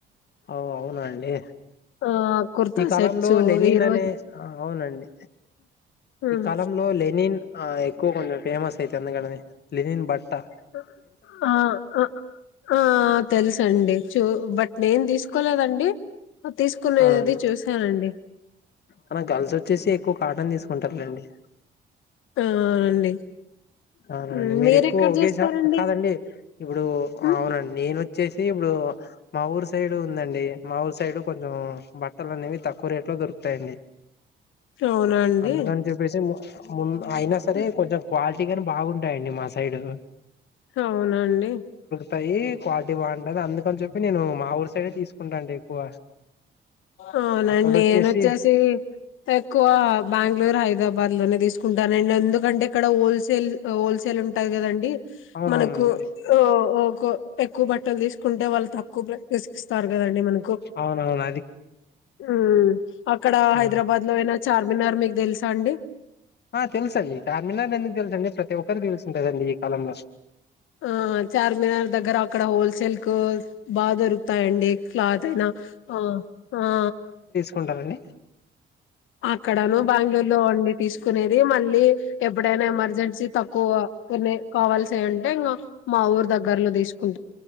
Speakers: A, on the left (about 55°); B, on the left (about 85°).
A: ఆ అవునండి
B: ఆ కుర్తా
A: ఈ కాలంలో
B: సెట్స్
A: లెనిన్
B: ఈ రోజు
A: అనే అవునండి,
B: హ్మ్.
A: ఈ కాలంలో లెనిన్ ఆ ఎక్కువగా కొండం. ఫేమస్ అయితే అందగననే లినిన్ బట్
B: హ్ ఆ అ ఆ తెలుసండి చూ బట్ నేం తీసుకోలేదండి తీసుకునేది
A: అవున్
B: చూసానండి
A: అనా గర్ల్స్ వచ్చేసి ఎక్కువ కాటన్ తీసు ఉంటరులేండి
B: ఆ అండి
A: అవునండి
B: హ్మ్.
A: మీరు
B: మీరెక్కడ
A: ఎక్కువ ఉగేస
B: చేస్తారండి
A: కాదండి ఇప్పుడు
B: హ్మ్.
A: అవునండి నేను చ్చేసి ఇప్పుడు మా ఊరు సైడ్ ఉందండి మా ఊరు సైడు కొంచెం బట్టలు అనేవి తక్కువ రేట్ లో దొరుకుతాయండి
B: అవునా అండి
A: అందుకని చెప్పేసి ము ముంద్ అయినా సరే
B: హ్మ్.
A: కొంచెం క్వాలి తి గాని బాగుంటాయండి మాస్ సైడు
B: అవునండి
A: తాయి క్వాలిటీ బావుంటది అందుకని చెప్పి నేను మా ఊరు సైడే తీసుకుంటా అండి ఎక్కువ
B: అవునండి
A: అక్కడ
B: నేనొచ్చేసి
A: వచ్చేసి
B: ఎక్కువ బ్యాంగ్ళూరు హైదరాబాద్ లోనే తీసు కుంటానండి ఎందుకంటే ఇక్కడ హోల్సేల్ హోల్సేల్ ఉంటాది కదండి
A: అవునవునండి
B: మనకు ఈ ఉమ్ క్కు ఎక్కువ బట్టలు తీసుకుంటే వాళ్ళు తక్కువ ధ ప్ర <unintelligible> ఇస్తారు కదండి మన
A: అవునవునం
B: ఉమ్ అక్కడ
A: ఆ
B: హైదరాబాద్ లో అయినా చార్మినార్ మీకు తెలుసు టండి
A: ఆ తెలుసండి చార్మినార్ ఎందుకు తెలుసండి ప్రతి ఒక్కరి తెలుసుంటదండి ఈ కాలంలో
B: ఆ చార్మినార్ దగ్గర అక్కడ హోల్సేల్ కు బా దొరుకుతాయండి క్లాతయినా ఉ ఉ
A: కుంటారండి
B: అక్కడను బెంగళూరు లో అండి తీస్ కునేది మళ్ళీ ఎప్పుడైనా ఎమర్జెన్సీ తక్కువ కొనే కావాల్సి ఉంటే ఇంకా మా ఊర్ దగ్గరలో తీసుకుం